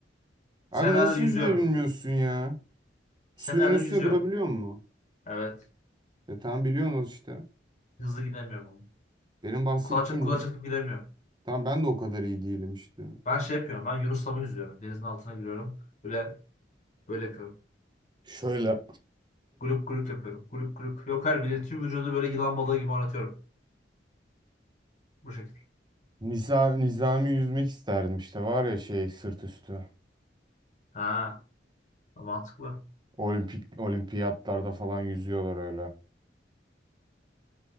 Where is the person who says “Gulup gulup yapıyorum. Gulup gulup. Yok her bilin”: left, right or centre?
Left